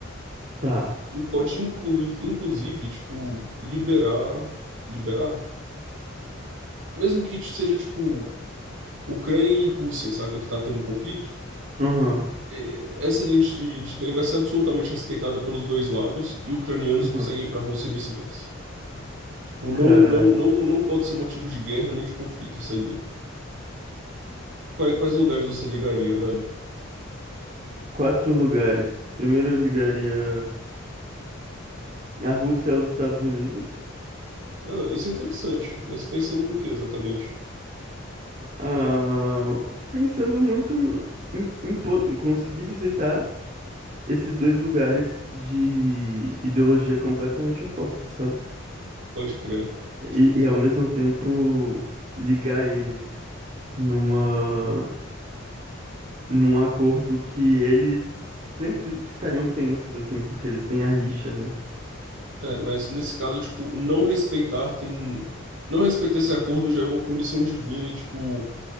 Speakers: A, on the right; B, on the right.
A: Tá.
B: E pode incluir, inclusive, tipo, liberar, liberar, mesmo que seja, tipo, Ucrânia e Rússia, saca, que tá tendo conflito,
A: Uhum,
B: eh, essa linha de, de trem vai ser absolutamente respeitada pelos dois lados e ucranianos
A: uhum.
B: conseguem ir para a Rússia e vice-versa. Tipo, não,
A: Cara,
B: não, não, não pode ser motivo de guerra nem de conflito essa linha. Quais, quais lugares você ligaria, velho?
A: quatro lugares. Primeiro eu ligaria a Rússia aos Estados Unidos.
B: Ah, isso é interessante, mas pensando no que exatamente?
A: Ah, pensando muito em, em po- em conseguir visitar esses dois lugares de ideologia completamente oposta, sabe?
B: Pode crer.
A: E,
B: O-
A: e ao mesmo tempo ligar eles numa num acordo que eles sempre estariam tensos, assim, porque eles têm a rixa, né?
B: É, mas nesse caso, tipo, não respeitar tem. Não respeitar esse acordo gera uma punição divina e, tipo,